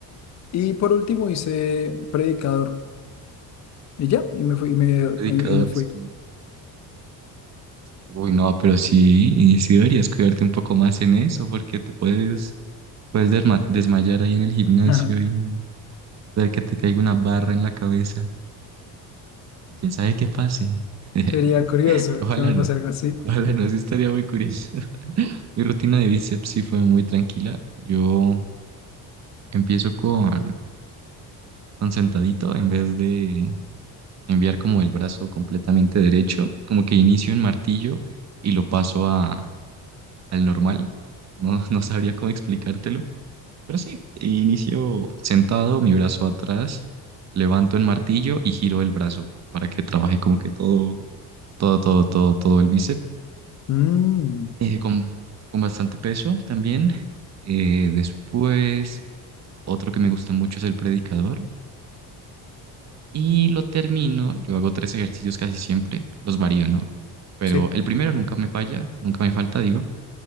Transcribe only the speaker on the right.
Predicador,
que tú- Uy, no, pero sí, y sí deberías cuidarte un poco más en eso, porque te puedes, puedes derma- desmayar ahí en el gimnasio
y ver que te caiga una barra en la cabeza. Y quién sabe qué pase. <laughs>
Pero ojalá
no.
Ojalá no, sí estaría muy curioso. <laughs> Mi rutina de bíceps sí fue muy tranquila. Yo empiezo con, con sentadito en vez de, enviar como el brazo completamente derecho, como que inicio en martillo y lo paso a, al normal. No, <laughs> no sabría cómo explicártelo, pero sí, inicio sentado, mi brazo atrás, levanto en martillo y giro el brazo para que trabaje como que todo, todo, todo, todo, todo el bíceps,
eh, con, con bastante peso también. Eh, después, otro que me gusta mucho es el predicador. Y lo termino, yo hago tres ejercicios casi siempre, los varío, ¿no? Pero
el primero nunca me falla, nunca me falta, digo.